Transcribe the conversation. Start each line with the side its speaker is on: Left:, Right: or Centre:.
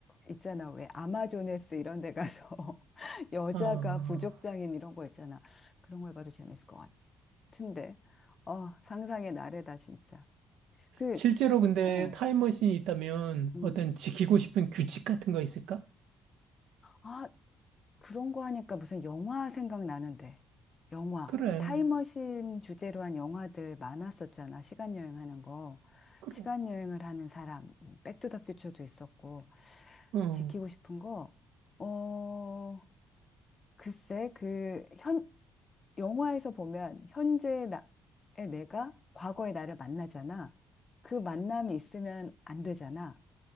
Left: 있잖아. 왜 아마조네스 이런 데 가서 <laughs> 여자가
Right: 아.
Left: 부족장인 이런 거 있잖아. 그런 거 해봐도 재밌을 것 같은데. 어, 상상의 나래다, 진짜. 그,
Right: 실제로 근데
Left: 어.
Right: 타임머신이 있다면
Left: 음.
Right: 어떤 지키고 싶은 규칙 같은 거 있을까?
Left: 아, 그런 거 하니까 무슨 영화 생각나는데. 영화.
Right: 그래.
Left: 그 타임머신 주제로 한 영화들 많았었잖아. 시간 여행하는 거.
Right: 그래.
Left: 시간 여행을 하는 사람. 뭐 백투더퓨처도 있었고.
Right: 어.
Left: 지키고 싶은 거. 어, 글쎄, 그 현, 영화에서 보면 현재의 나의 내가 과거의 나를 만나잖아. 그 만남이 있으면 안 되잖아.